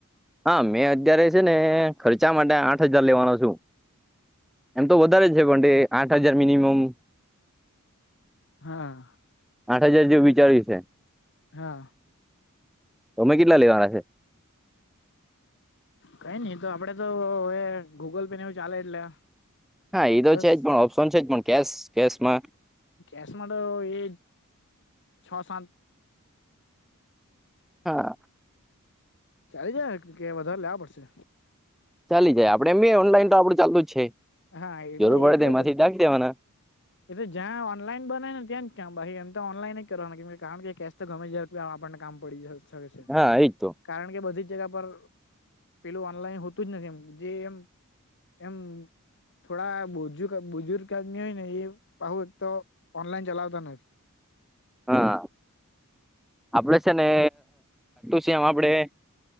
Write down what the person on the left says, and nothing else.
હા
હા
કઈ નઈ તો આપડે તો એ ગૂગલ પે ને એવું ચાલે એટલે
દસ
ગસ માટે તો એ છ સાત
ચાલી જ કે વધારે લેવા પડશે
હા એટલે
એટલે
એ તો જ્યાં ઓનલાઈન બને ને ત્યાં ભાઈ એમ તો ઓનલાઈન કરો કારણ કે તો ગમે જ્યારે આપણને કામ પડી શકે છે
કારણ કે બધી જ જગ્યા પર પેલું ઓનલાઈન હોતું જ નથી એમ જે એમ એમ થોડા બુજુર્ગ આદમી હોય ને એ બાહુ તો ઓનલાઈન ચલાવતા નથી